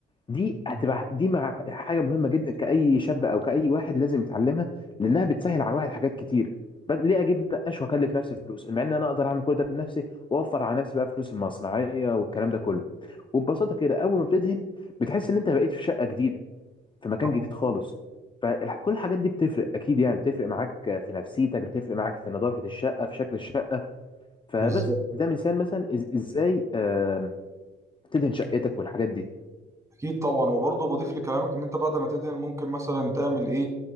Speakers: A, on the left (about 25°); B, on the right (about 15°).
A: دي
B: م.
A: هتبقى دي مع حاجه مهمه جدا كاي شاب او كاي واحد لازم يتعلمها لانها بتسهل على الواحد حاجات كتير بد- ليه اجيب نقاش واكلف نفسي فلوس مع ان انا اقدر اعمل كل ده بنفسي واوفر على نفسي بقى فلوس المصنعيه والكلام ده كله وببساطه كده اول ما بتدهن بتحس ان انت بقيت في شقه جديده في مكان
B: اه
A: جديد خالص فكل الحاجات دي بتفرق اكيد يعني بتفرق معاك في نفسيتك بتفرق معاك في نظافه الشقه في شكل الشقه فبس
B: بالظبط
A: ده مثال مثلا إز ازاي آم، تدهن شقتك والحاجات دي
B: اكيد طبعا وبرضه بضيف لكلامك ان انت بعد ما تدهن ممكن مثلا تعمل ايه